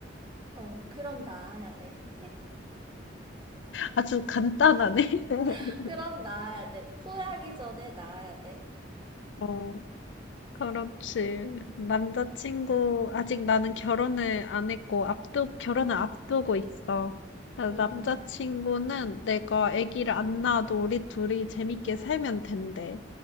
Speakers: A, on the right; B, on the left.
A: 어, 그럼 나아야 돼.
B: 아주 간단하네. <laughs>
A: <laughs> 그럼 나아야 돼. 후회하기 전에 나아야 돼.
B: 어. 그렇지. 남자친구,
A: 응,
B: 아직 나는 결혼을 안 했고, 앞두, 결혼을 앞두고 있어. 그래서
A: 음,
B: 남자친구는 내가 아기를 안 낳아도 우리 둘이 재밌게 살면 된대.